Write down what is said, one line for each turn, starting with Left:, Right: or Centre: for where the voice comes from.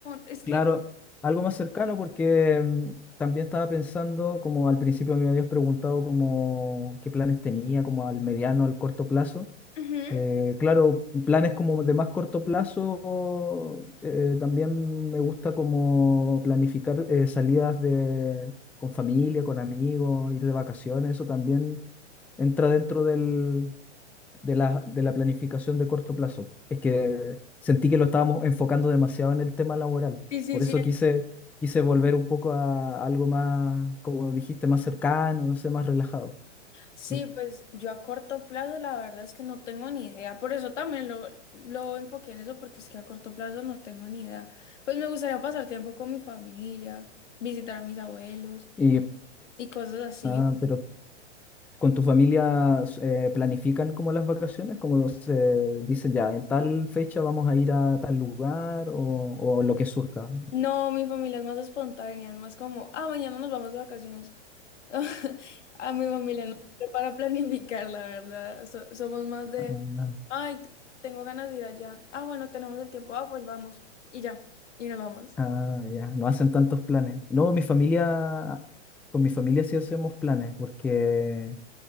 Left: es
Centre: Claro,
Left: que...
Centre: algo más cercano porque mm, también estaba pensando, como al principio me habías preguntado como qué planes tenía, como al mediano, al corto plazo.
Left: ujú.
Centre: Eh, claro, planes como de más corto plazo, eh, también me gusta como planificar eh, salidas de, con familia, con amigos, ir de vacaciones, eso también entra dentro del, de la, de la planificación de corto plazo. Es que sentí que lo estábamos enfocando demasiado en el tema laboral.
Left: Sí, sí,
Centre: Por
Left: sí.
Centre: eso quise, quise volver un poco a algo más, como dijiste, más cercano, no sé, más relajado.
Left: Sí,
Centre: ¿no?
Left: pues yo a corto plazo la verdad es que no tengo ni idea. Por eso también lo, lo enfoqué en eso, porque es que a corto plazo no tengo ni idea. Pues me gustaría pasar tiempo con mi familia, visitar a mis abuelos
Centre: Y,
Left: y cosas así.
Centre: ah, pero con tu familia eh, planifican como las vacaciones, como se dicen ya, en tal fecha vamos a ir a tal lugar o, o lo que surja.
Left: No, mi familia es más espontánea, es más como, ah, mañana nos vamos de vacaciones. <laughs> A mi familia no sé para planificar, la verdad. So- somos más de,
Centre: <laughs>
Left: ay, t- tengo ganas de ir allá. Ah, bueno, tenemos el tiempo, ah, pues vamos. Y ya, y nos vamos.
Centre: Ah, ya, no hacen tantos planes. No, mi familia, con mi familia sí hacemos planes, porque